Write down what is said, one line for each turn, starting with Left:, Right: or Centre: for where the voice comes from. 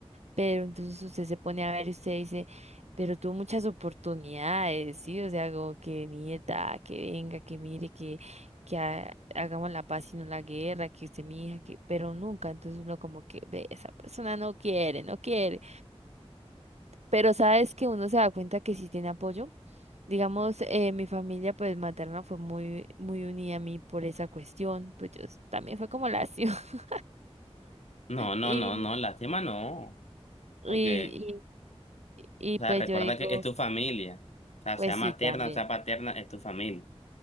Right: Pero entonces usted se pone a ver y usted dice, pero tuvo muchas oportunidades, ¿sí? O sea, como que nieta, que venga, que mire, que, que ha- hagamos la paz y no la guerra, que usted mi hija, que, pero nunca. Entonces uno como que ve, esa persona no quiere, no quiere. Pero sabes que uno se da cuenta que sí tiene apoyo. Digamos, eh, mi familia pues materna fue muy, muy unida a mí por esa cuestión. Pues yo s- también fue como lacio. <laughs>
Left: No, no,
Right: Y,
Left: no, no, lástima no.
Right: y,
Left: Porque,
Right: y, y
Left: o
Right: pues
Left: sea, recuerda
Right: yo digo,
Left: que es tu familia. O sea,
Right: pues
Left: sea materna,
Right: sí, también.
Left: sea paterna, es tu familia.